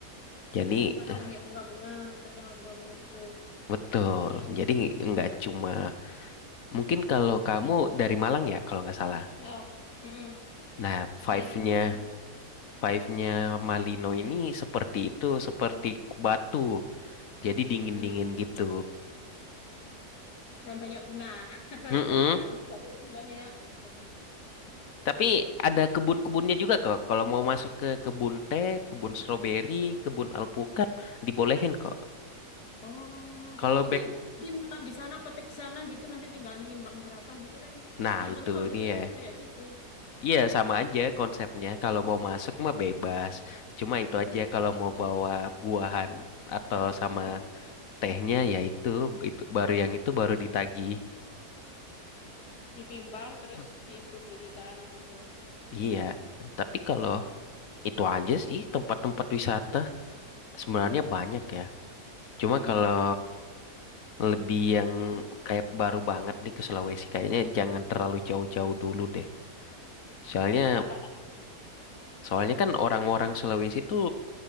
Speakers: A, on the left (about 60°); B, on the left (about 80°).
A: Jadi
B: Oh, karena
A: <laughs> eh,
B: banyak bunga-bunga, terkenal bunga-bunga gitu.
A: betul. Jadi nggak cuma mungkin kalau kamu dari Malang ya kalau nggak salah.
B: Oh, mm-mm.
A: Nah, five-nya
B: Ya juga sih,
A: Five-nya Malino ini seperti itu, seperti
B: sama.
A: batu. Jadi dingin-dingin
B: Hmm.
A: gitu.
B: Dan banyak bunga, <laughs> banyak
A: Mm-mm.
B: tanaman. Kan Batu kan banyak, banyak banget.
A: Tapi
B: Gitu.
A: ada kebun-kebunnya juga kok. Kalau mau masuk ke kebun teh, kebun stroberi, kebun alpukat, dibolehin kok.
B: Oh,
A: Kalau
B: itu
A: back,
B: dia makan di sana, petik di sana gitu, nanti tinggal nimbang berapa gitu kan.
A: nah
B: Kalau soalnya
A: itu
B: kalau di
A: dia.
B: Batu kayak gitu.
A: Iya sama aja konsepnya. Kalau mau masuk mah bebas. Cuma itu
B: Hmm.
A: aja kalau mau bawa buahan atau sama
B: Mm-mm.
A: tehnya ya itu, itu baru yang itu baru ditagih.
B: Ditimbang terus
A: Hmm.
B: disuruh belikan gitu.
A: Iya. Tapi kalau Itu aja sih tempat-tempat wisata sebenarnya banyak ya. Cuma
B: Mm-mm.
A: kalau lebih yang kayak baru banget nih ke Sulawesi kayaknya jangan terlalu jauh-jauh dulu deh. Soalnya
B: Kenapa, Kak?
A: soalnya kan orang-orang Sulawesi tuh